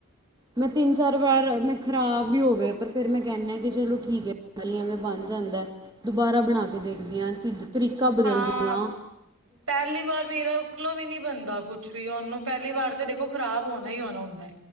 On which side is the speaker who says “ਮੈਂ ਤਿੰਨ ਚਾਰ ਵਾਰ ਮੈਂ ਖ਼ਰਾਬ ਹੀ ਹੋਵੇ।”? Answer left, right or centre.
Right